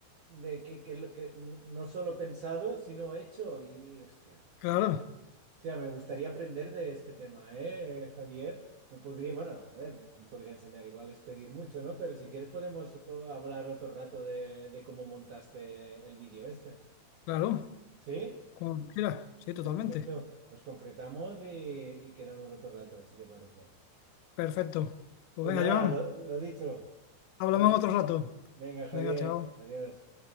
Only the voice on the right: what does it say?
de, que, que, lo- que no solo pensado, sino hecho. Y hostia,
no, eh, hostia, me gustaría aprender de este tema, ¿eh, eh, Javier? Me podría, bueno, a ver, no podría enseñar, igual es pedir mucho, ¿no? Pero si quieres podemos co- hablar otro rato de, de cómo montaste el vídeo este.
¿Sí?
Perfecto, pues concretamos y, y quedamos otro rato, si te parece.
Pues nada,
lo, lo dicho,
habla.
Venga, Javier,
adiós.